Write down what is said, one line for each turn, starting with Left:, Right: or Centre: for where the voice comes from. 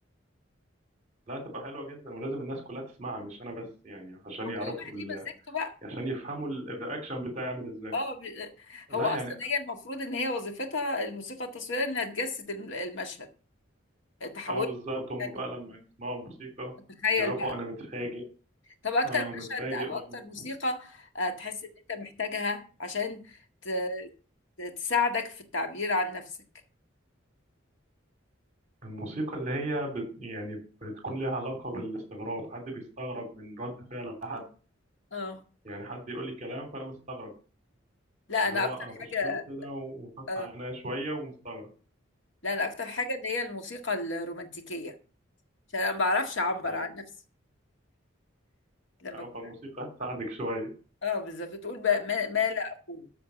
Right: لا تبقى حلوه جدا ولازم الناس كلها تسمعها مش انا بس يعني عشان
Left: وكل
Right: يعرفوا
Left: واحد
Right: ال...
Left: ليه مزيكته بقى
Right: عشان يفهموا ال- الرياكشن بتاعي عامل ازاي
Left: اه ب-
Right: لا
Left: هو اصلا
Right: يعني
Left: هي المفروض ان هي وظيفتها الموسيقى التصويرية انها تجسد الم- المشهد تحول
Right: اه بالظبط هم
Left: يعني
Right: بقى لما يسمعوا الموسيقى
Left: تتخيل
Right: يعرفوا
Left: بقى
Right: انا متفاجئ
Left: طب اكتر
Right: اه
Left: مشهد
Right: متفاجئ
Left: او
Right: وأنا-
Left: اكتر موسيقى آه، تحس ان انت محتاجها عشان ت... ت- تساعدك في التعبير عن نفسك
Right: الموسيقى اللي هي بت يعني بتكون ليها علاقة بالاستغراب حد بيستغرب من رد فعل حد
Left: اه
Right: يعني حد يقول لي كلام فانا مستغرب
Left: لا
Right: اللي
Left: انا
Right: هو
Left: اكتر
Right: ابص
Left: حاجه
Right: له كده و- وفتح
Left: آه،
Right: عينيا شوية ومستغرب
Left: لا انا اكتر حاجه اللي هي الموسيقى الرومانتيكيه عشان انا ما بعرفش اعبر
Right: اه
Left: عن نفسي لما
Right: اه
Left: اكون
Right: فالموسيقى هتساعدك شوية
Left: اه بالظبط تقول بقى ما, ما لا اقوله